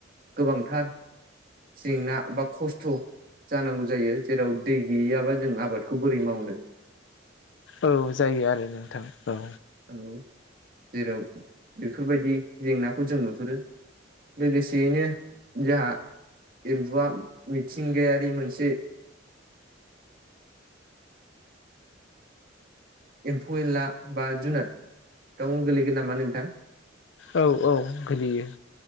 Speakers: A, on the right; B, on the left.
A: गोबांथार जेंना बा खस्थ' जानांगौ जायो जेराव दै गैयैयाबा जों आबादखौ बोरै मावनो <inaudible>
B: औ जायो आरो नोंथां औ
A: औ जेराव बेफोरबायदि जेंनाखौ जों नुहुरो लोगोसेयैनो जोंहा एम्बुआ मिथिंगायारि मोनसे एम्फौ एनला बा जुनाद दयाव गोलैगोन नामा नोंथां
B: औ औ गोलैयो।